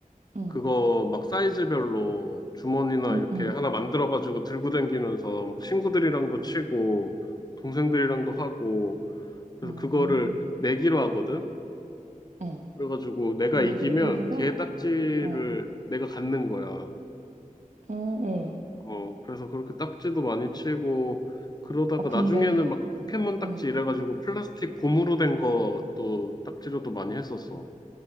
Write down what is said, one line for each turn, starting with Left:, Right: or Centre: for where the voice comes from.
Right: 응,
Left: 그거 막 사이즈별로 주머니나
Right: 응,
Left: 이렇게
Right: 응.
Left: 하나 만들어가지고 들고 다니면서 막 친구들이랑도 치고 동생들이랑도 하고 그래서
Right: 음,
Left: 그거를 내기로 하거든.
Right: 어,
Left: 그래가지고 내가
Right: 그걸로
Left: 이기면
Right: 내기를
Left: 걔
Right: 해?
Left: 딱지를
Right: 어.
Left: 내가 갖는 거야.
Right: 어, 어.
Left: 어, 그래서 그렇게 딱지도 많이 치고 그러다가
Right: 아, 근데,
Left: 나중에는 막 포켓몬 딱지
Right: 어.
Left: 이래가지고 플라스틱 고무로 된 것도 딱지로도 많이 했었어.